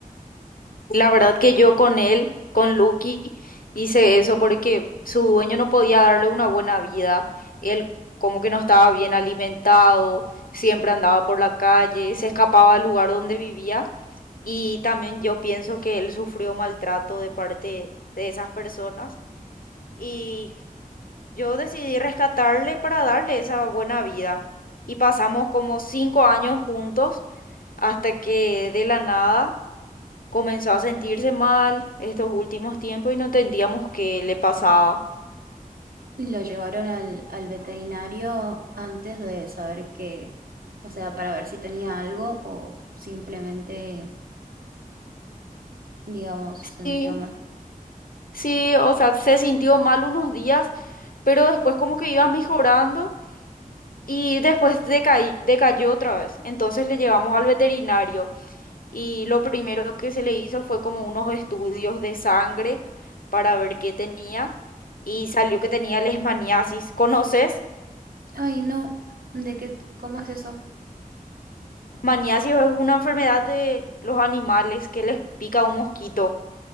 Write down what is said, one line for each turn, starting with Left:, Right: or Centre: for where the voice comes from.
Left: La verdad que yo con él, con Lucky, hice eso porque su dueño no podía darle una buena vida. Él como que no estaba bien alimentado, siempre andaba por la calle, se escapaba del lugar donde vivía y también yo pienso que él sufrió maltrato de parte de esas personas y yo decidí rescatarle para darle esa buena vida. Y pasamos como cinco años juntos hasta que de la nada comenzó a sentirse mal estos últimos tiempos y no entendíamos qué le pasaba.
Right: Lo llevaron al, al veterinario antes de saber que, o sea, para ver si tenía algo o simplemente, digamos, se
Left: Sí,
Right: sintió mal.
Left: sí, o sea, se sintió mal unos días, pero después como que iba mejorando y después decaí- decayó otra vez. Entonces le llevamos al veterinario y lo primero que se le hizo fue como unos estudios de sangre para ver qué tenía y salió que tenía leishmaniasis ¿Conoces?
Right: Ay, no, ¿de qué? ¿Cómo es eso?
Left: Maniasis es una enfermedad de los animales que les pica un mosquito.